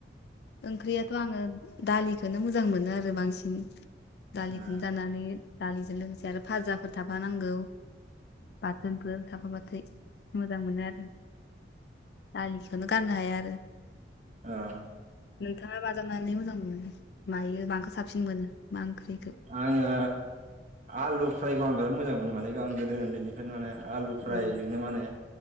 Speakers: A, on the left; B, on the right.
A: ओंख्रियाथ' आङो दालिखोनो मोजां मोनो आरो बांसिन दालिखौनो
B: ओ
A: जानानै दालिजों लोगोसे आरो फाजाफोर थाफाानांगौ बाथोनफोर थाफाब्लाथाय मोजां मोनो आरो दालिखौनो गाननो हाया आरो
B: ओ
A: नोंथाङा मा जारनानै मोजां मोनो मायो माखौ साबसिन मोनो मा ओंख्रिखौ
B: आङो आलु फ्रायखौ आं बिराद मोजां मोनो माने आं गोदो उन्दैनिफ्रायनो माने आलु फ्रायजोंनो
A: अ ओं
B: माने